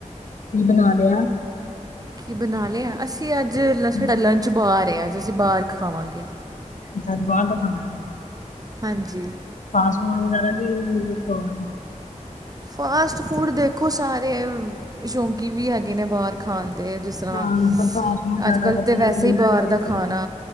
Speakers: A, on the left; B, on the right.
A: ਕੀ ਬਣਾ ਲਿਆ।
B: ਕੀ ਬਣਾ ਲਿਆ ਅਸੀਂ, ਅੱਜ
A: ਹਮ,
B: ਸਾਡਾ ਲੰਚ ਬਾਹਰ ਆ, ਅੱਜ ਅਸੀਂ ਬਾਹਰ ਖਾਵਾਂਗੇ।
A: ਅੱਛਾ, ਅੱਜ ਬਾਹਰ ਦਾ ਖਾਣਾ ਹੈ।
B: ਹਾਂਜੀ।
A: ਫਾਸਟਫੂਦ ਵਗੈਰਾ ਕੀ, ਕੁਛ ਹੋਰ।
B: ਫਾਸਟ ਫੂਡ ਦੇਖੋ, ਸਾਰੇ ਸ਼ੌਕੀਨ ਵੀ ਹੈਗੇ ਨੇ ਬਾਹਰ ਖਾਣ ਦੇ ਜਿਸ ਤਰ੍ਹਾਂ
A: ਹਾਂ ਪਰ ਫਾਸਟ ਫੂਡ ਜ਼ਿਆਦਾ
B: ਅਜਕੱਲ੍ਹ
A: ਵਧੀਆ
B: ਤਾਂ ਵੈਸੇ
A: ਵੀ ਨਹੀਂ
B: ਹੀ,
A: ਨਾ
B: ਬਾਹਰ
A: ਨਹੀਂ
B: ਦਾ
A: ਆਪਣੇ
B: ਖਾਣਾ
A: ਲਈ